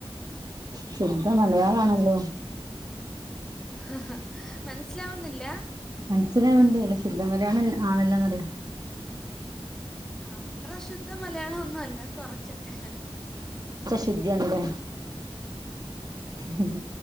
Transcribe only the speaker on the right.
ശുദ്ധ മലയാളാണല്ലോ?
മനസ്സിലാവണ്ട് അല്ല ശുദ്ധമല ആണല്ല ആണല്ലാന്ന്റിയ.
ശുദ്ധിയാണല്ലേ? ഉം